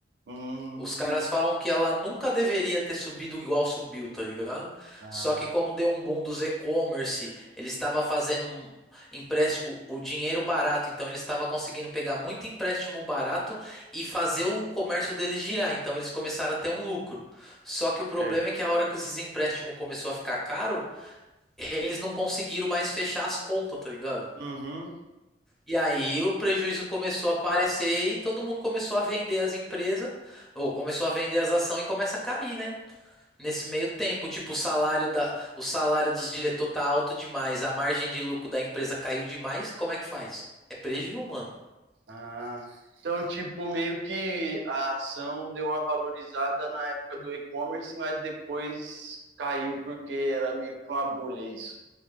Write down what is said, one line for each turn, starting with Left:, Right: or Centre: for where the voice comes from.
Right: Hum,
Centre: Os caras falam que ela nunca deveria ter subido igual subiu, tá ligado?
Right: ah,
Centre: Só que como deu um boom dos e-commerce, ele estava fazendo um empréstimo, o, o dinheiro barato, então ele estava conseguindo pegar muito empréstimo barato e fazer o comércio dele girar, então eles começaram a ter um lucro. Só que o problema
Right: certo.
Centre: é que a hora que esses empréstimos começou a ficar caro, eles não conseguiram mais fechar as contas, tá ligado?
Right: Uhum.
Centre: E aí o prejuízo começou a aparecer e todo mundo começou a vender as empresas, ou começou a vender as ações e começa a cair, né? Nesse meio tempo, tipo, o salário da, o salário dos diretores tá alto demais, a margem de lucro da empresa caiu demais, como é que faz? É prejuízo, mano.
Right: Ah, então, tipo, meio que a ação deu uma valorizada na época do e-commerce, mas depois caiu porque era meio que uma bolha isso,